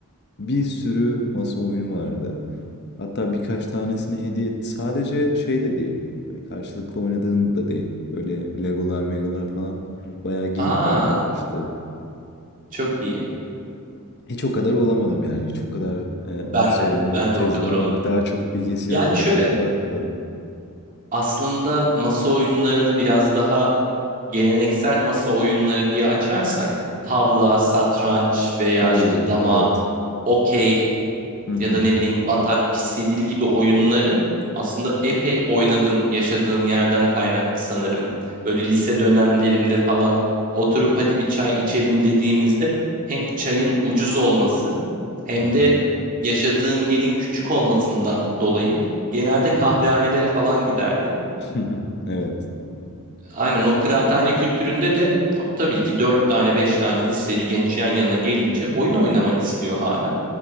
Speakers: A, on the left; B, on the right.
A: bir sürü masa oyunu vardı. Hatta birkaç tanesini hediye etti. Sadece şey de değil. Hani karşılıklı oynadığın da değil. Böyle Legolar, Megolar falan bayağı geyik
B: Aa
A: bir arkadaştı.
B: çok iyi.
A: Hiç o kadar olamadım yani. Hiç o kadar e, masa
B: Ben de
A: oyunu
B: ben
A: tecrübem
B: de o kadar olamadım.
A: yok. Daha çok bilgisayar
B: Yani
A: oyunlarında
B: şöyle
A: <laughs> varım.
B: aslında masa oyunlarını biraz daha geleneksel masa oyunları diye açarsak tavla, satranç veya
A: Oo,
B: işte dama,
A: evet.
B: okey
A: Hı hı.
B: ya da ne bileyim batak, pis yedili gibi oyunları aslında epey oynadım yaşadığım yerden kaynaklı sanırım. Böyle lise dönemlerimde falan oturup hadi bir çay içelim dediğimizde hem çayın ucuz olması hem
A: Hı hı.
B: de yaşadığım yerin küçük olmasından dolayı genelde kahvehanelere falan giderdik.
A: <laughs> Hı hı. Evet.
B: Aynen o kıraathane kültüründe de abi tabii ki 4 tane 5 tane liseli genç yan yana gelince oyun oynamak istiyor hala.